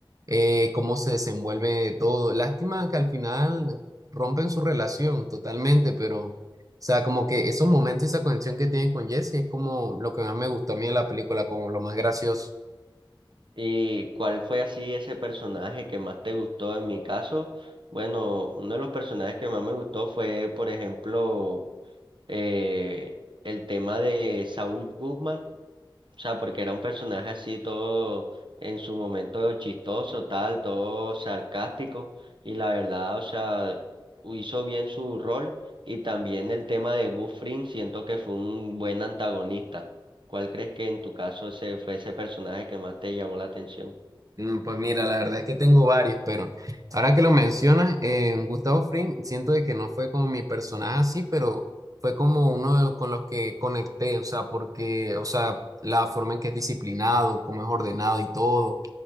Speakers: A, on the right; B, on the right.
A: eh, cómo se desenvuelve todo. Lástima que al final rompen su relación totalmente, pero, o sea, como que esos momentos y esa conexión que tienen con Jesse es como lo que más me gustó a mí de la película, como lo más gracioso.
B: ¿Y cuál fue así ese personaje que más te gustó? En mi caso, bueno, uno de los personajes que más me gustó fue, por ejemplo, eh, el tema de Saúl Guzmán. O sea, porque era un personaje así todo en su momento chistoso, tal, todo sarcástico. Y la verdad, o sea, hizo bien su rol. Y también el tema de Gus Fring, siento que fue un buen antagonista. ¿Cuál crees que en tu caso ese fue ese personaje que más te llamó la atención?
A: Mm, Pues mira, la verdad es que tengo varios, pero ahora que lo mencionas, eh, Gustavo Fring, siento de que no fue como mi personaje así, pero fue como uno de los- con los que conecté, o sea, porque, o sea, la forma en que es disciplinado, cómo es ordenado y todo,